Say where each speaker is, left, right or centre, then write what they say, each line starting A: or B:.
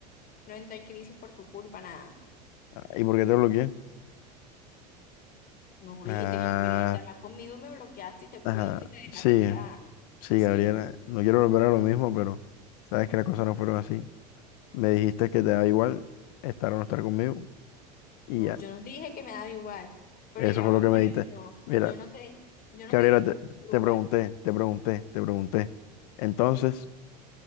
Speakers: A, on the left (about 45°); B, on the left (about 65°).
A: no entré en crisis por tu culpa, nada.
B: Ah, ¿Y por qué te bloqueé?
A: No dijiste
B: Ah,
A: que ya no querías estar más conmigo y me bloqueaste y te fuiste
B: ajá,
A: y me dejaste
B: sí,
A: tirada.
B: sí,
A: Sí,
B: Gabriela. No quiero volver a lo mismo, pero sabes que las cosas no fueron así. Me dijiste que te da igual estar o no estar conmigo y
A: no,
B: ya.
A: yo no te dije que me daba igual, pero
B: Eso
A: ya
B: fue
A: van
B: lo que me
A: varios,
B: diste.
A: no,
B: Mira,
A: yo no te, yo no
B: Gabriela,
A: te dije
B: te,
A: que me daba
B: te
A: igual.
B: pregunté, te pregunté, te pregunté. Entonces,